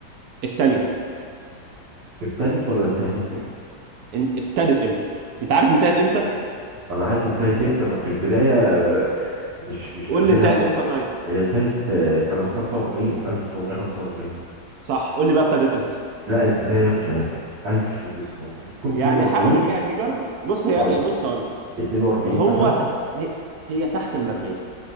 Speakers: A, on the right (about 70°); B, on the right (about 85°).
A: التانية
B: ابتدت ولا انتهت
A: إن- ابتدت إمتى؟ أنت عارف انتهت إمتى؟
B: انا عارف انتهت امتى بس البداية آه، مش مش فاكرها
A: قول لي انتهت
B: قوي
A: إمتى طيب؟
B: هي انتهت آه، سنة 45 1945
A: صح قول لي بقى ابتدت إمتى؟
B: لا البداية مش عارف 1900 ممكن
A: يعني
B: 42
A: حاول يعني جرب بص هي
B: طيب
A: بص هقول
B: 42
A: هو
B: مثلا
A: ت... هي هي تحت ال 40